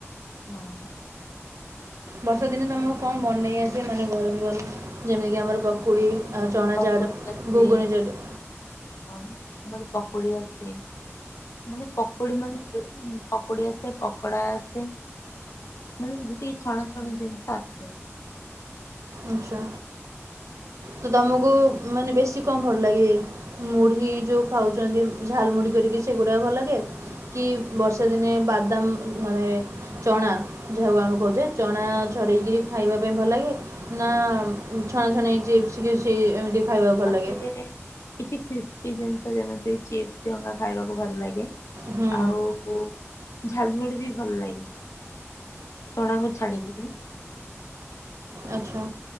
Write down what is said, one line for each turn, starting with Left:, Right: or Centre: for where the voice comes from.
Left: ହଁ।
Right: ବର୍ଷା ଦିନେ ତମକୁ କଣ ବନେଇ ଆସେ ମାନେ ଗରମ ଗରମ ଯେମିତି କି ଆମର ପକୁଡ଼ି। ଆଉ ଚଣା
Left: ପକୁଡି
Right: ଚାଟ,
Left: ଆସେ
Right: ଘୁଗୁନି ସହିତ।
Left: ହଁ ମତେ ପକୁଡି ଆସେ ମାନେ ପକୁଡି ମାନେ ଯୋଉ ଉଁ। ପକୁଡି ଆସେ ପକୋଡା ଆସେ ମାନେ ଯେତିକି ଛଣା ଛଣି ଜିନିଷ ଆସେ।
Right: ଆଚ୍ଛା। ତ ତମକୁ ଉଁ ମାନେ ବେଶୀ କଁ ଭଲ ଲାଗେ? ମୁଢି ଯୋଉ ଖାଉଛନ୍ତି ଝାଲ ମୁଢି କରିକି ସେଗୁଡା ଭଲ ଲାଗେ। କି ବର୍ଷା ଦିନେ ବାଦାମ ମାନେ। ଚଣା ଯାହାକୁ ଆମେ କହୁଛେ ଚଣା ଛଡେଇକିରି ଖାଇବା ପାଇଁ ଭଲ ଲାଗେ। ନା ଉଁ ଛଣା ଛଣି ଚିପ୍ସ ଫିପ୍ସ ଏମିତି। ଖାଇବାକୁ ଭଲ
Left: ମତେ
Right: ଲାଗେ
Left: କିଛି ଖ୍ରିସ୍ପି ଜିନିଷ ଯେମିତି ଚିପ୍ସ <unintelligible> ଖାଇବାକୁ ଭଲ ଲାଗେ।
Right: ହୁଁ
Left: ଆଉ ଝାଲମୁଢ଼ି ବି ଭଲ ଲାଗେ। ଚଣାକୁ ଛାଡ଼ିକିରି।
Right: ଆଚ୍ଛା